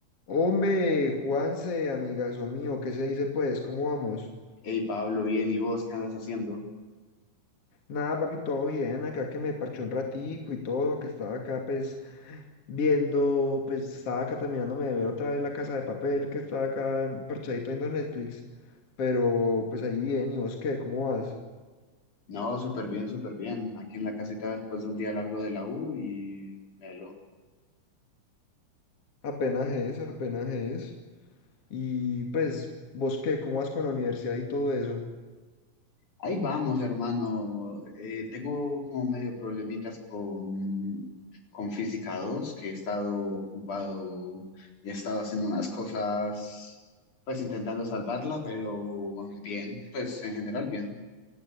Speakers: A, on the left; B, on the left.
A: Hombre, Juanse, amigazo mío, ¿qué se dice pues? ¿Cómo vamos?
B: Hey Pablo, bien, ¿y vos qué andas haciendo?
A: Nada, papi, todo bien, acá que me parché un ratico y todo, que estaba acá pues viendo, pues estaba acá terminándome de ver otra vez La Casa de Papel, que estaba acá parchadito viendo Netflix, pero pues ahí bien, ¿y vos qué? ¿Cómo vas?
B: No, súper bien, súper bien. Aquí en la casita después de un día largo de la U y melo.
A: Apenas es, apenas es. Y pues, ¿vos qué? ¿Cómo vas con la universidad y todo eso?
B: Ahí vamos, hermano. Eh, tengo como medio problemitas con, con Física dos que he estado ocupado y he estado haciendo unas cosas, pues intentando salvarla, pero bien, pues en general bien.